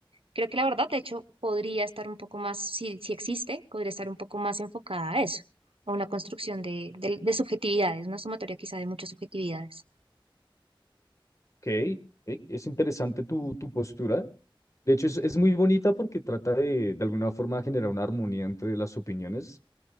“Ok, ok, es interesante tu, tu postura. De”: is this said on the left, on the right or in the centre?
Left